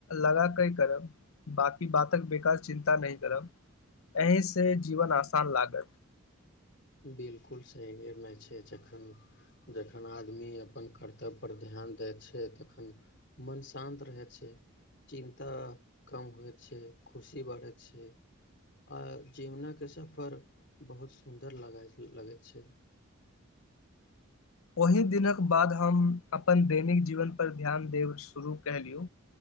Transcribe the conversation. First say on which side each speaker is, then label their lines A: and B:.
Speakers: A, on the left; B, on the left.
A: लगा के करब बाकी बातक बेकारास चिन्ता नहि करब एहि से जीवन आसान लागत
B: बिलकुल सही निर्णय छै जखन जखन आदमी अपन कर्तव्यपर ध्यान दैत छै तखन मन शान्त रहैत छै चिन्ता कम होइत छै खुशी बढ़ैत छै आ जीवनके सफर बहुत सुर डर ल लगै छै
A: ओहि दिनक बाद हम अपन दैनिक जीवन पर ध्यान देब शुरू कलियू